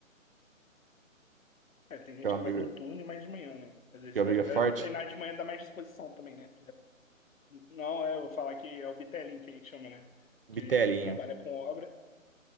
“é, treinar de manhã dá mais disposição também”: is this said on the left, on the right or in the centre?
Left